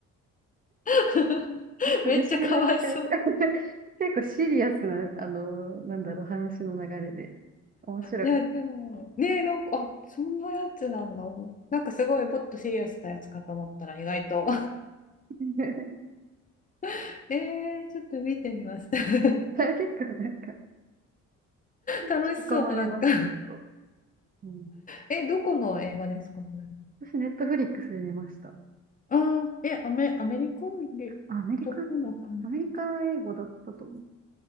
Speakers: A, on the left; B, on the right.
A: <laughs>
B: か不思議な世界。
A: めっちゃかわいそう。
B: <laughs> 結構シリアスな、あの、なんだろう、話の流れで、面白かった。
A: いやでもねえなんかあそんなやつなんだなんかすごいポッとシリアスなやつかと思ったら意外と
B: <laughs>
A: <laughs> えー、ちょっと見てみます <laughs>
B: 結構なんか、引き込まれます、
A: 楽しそうなんか
B: 結構。うん、
A: えどこの映画ですかね
B: 私、ネットフリックスで見ました。
A: ああ、え、アメ、アメリカで、
B: あアメリカ、
A: どこの国
B: アメリカ英語だったと思